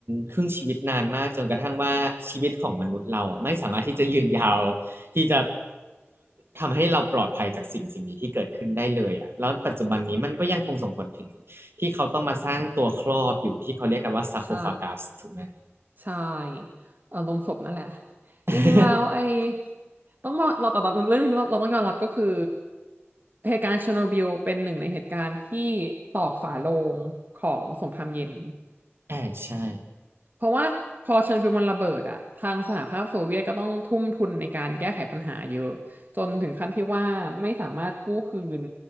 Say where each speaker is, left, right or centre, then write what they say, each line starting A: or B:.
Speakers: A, on the right; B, on the right.
A: ครึ่งชีวิตนานมากจนกระทั่งว่าชีวิตของมนุษย์เราอ่ะไม่สามารถที่จะยืนยาวที่จะทำให้เราปลอดภัยจากสิ่งสิ่งนี้ที่เกิดขึ้นได้เลยอ่ะแล้วปัจจุบันนี้มันก็ยังคงส่งผลถึงที่เขาต้องมาสร้างตัวครอบอยู่ที่เขาเรียกกันว่าซาโคฟากัสถูกไหม
B: ใช่ ใช่เออลงศพนั่นแหละ
A: <laughs>
B: จริงๆ แล้วไอ้ต้องบอกเราแต่แบบเรื่องนี้เราเราต้องยอมรับก็คือเหตุการณ์เชอร์โนบิลเป็นหนึ่งในเหตุการณ์ที่ตอกฝาโลงของสงครามเย็น
A: แอบใช่
B: เพราะว่าพอเชอร์โนบิลมันระเบิดอะทางสหภาพโซเวียตก็ต้องทุ่มทุนในการแก้ไขปัญหาเยอะจนถึงขั้นที่ว่าไม่สามารถกู้คืน